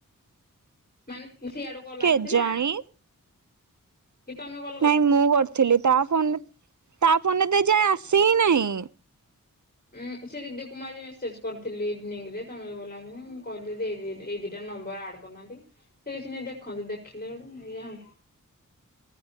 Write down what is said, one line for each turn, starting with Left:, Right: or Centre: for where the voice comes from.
Left: ମାନେ <unintelligible> ସିଆଡୁ କଲ୍
Right: କେଜାଣି?
Left: ଆସିଥିଲା କି ତମେ <unintelligible>
Right: ନାଇଁ ମୁଁ କରିଥିଲି ତା ଫୋନ୍ ତା ଫୋନ୍ ରେ ତ ଏ ଯାଏଁ ଆସି ହି ନାଇଁ।
Left: ଉଁ ସେ ଦିଦିକୁ ମୁଁ ଆଜି ମେସେଜ କରିଥିଲି ଇଭିନିଂ ରେ ତମେ ଯୋକହିଲ ଆଶିନେଇ ମୁଁ କହିଲି ଦେଇଦେ ଦିଟା ନମ୍ବର ଆଡ କରୁନାହାନ୍ତି ସେ କିଛି ନାହିଁ ଦେଖନ୍ତୁ ଦେଖିଲେ ହେଟୁ ଏଇଆ।